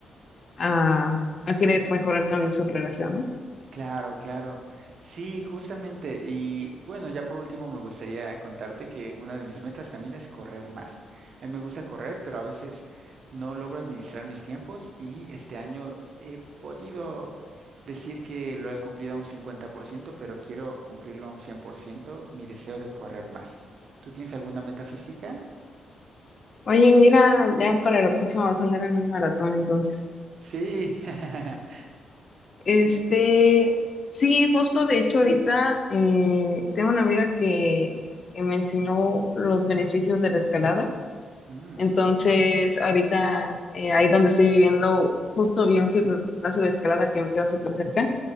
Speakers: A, on the left; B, on the right.
A: a, a querer mejorar también su relación, ¿no?
B: claro, claro. Sí, justamente. Y bueno, ya por último me gustaría contarte que una de mis metas también es correr más. A mí me gusta correr, pero a veces no logro administrar mis tiempos y este año he podido decir que lo he cumplido a un 50%, pero quiero cumplirlo a un 100%. mi deseo de correr más. ¿Tú tienes alguna meta física?
A: Oye, mira, ya para la próxima vas a andar en un maratón entonces.
B: Sí, <laughs>
A: Este,
B: sí.
A: sí, justo de hecho ahorita eh, tengo una amiga que, que me enseñó los beneficios de la escalada
B: Mm,
A: Entonces, ahorita eh, ahí donde estoy viviendo, justo vi un gimnasio de escalada que me queda súper cerca.